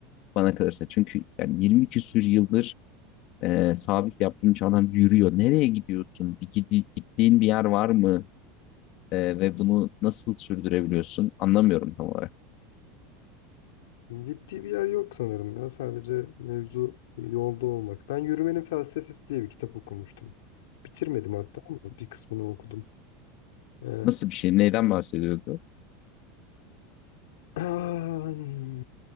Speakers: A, on the left; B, on the left.
A: bana kalırsa. Çünkü yani 20 küsür yıldır Ee, sabit yaptığım için adam yürüyor. Nereye gidiyorsun? Bir, gid- gittiğin bir yer var mı? Ee, ve bunu nasıl sürdürebiliyorsun? Anlamıyorum tam olarak.
B: Gittiği bir yer yok sanırım ya. Sadece mevzu yolda olmak. Ben Yürümenin Felsefesi diye bir kitap okumuştum. Bitirmedim hatta ama bir kısmını okudum. Ee,
A: Nasıl bir şey? Neyden bahsediyordu?
B: <clears throat>